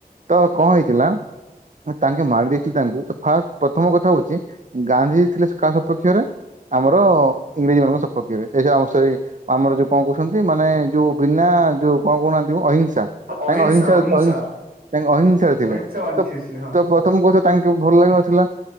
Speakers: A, on the right; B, on the right.
A: ତ କଣ ହେଇଥିଲା ତାଙ୍କେ ମାରି ଦେଇେଇଥିଲେ ତାଙ୍କୁ, ତ ଫାଷ୍ଟ ପ୍ରଥମ କଥା ହଉଛି ଗାନ୍ଧୀଜୀ ଥିଲେ କାହା ସପକ୍ଷରେ ଆମର ଇଂରେଜୀ ମାନଙ୍କ ସପକ୍ଷରେ। <unintelligible> ଆମ ସେଇ ଆମର ଯୋଉ କଣ କହୁଛନ୍ତି, ମାନେ ଯୋଉ ବିନା ଯୋଉ କଣ କହୁନାହାନ୍ତି ଅହିଂସ <unintelligible>
B: ଅହିଂସା
A: ତାଙ୍କ ଅହିଂସାର
B: ଅହିଂସା
A: <unintelligible> ତାଙ୍କ ଅହିଂସାରେ ଥିଲେ।
B: ଅହିଂସା
A: <unintelligible>
B: ବାଜି ଥିଲେ ହଁ
A: ପ୍ରଥମ <unintelligible> ଭଲ ଲାଗୁ ନଥିଲା। ତ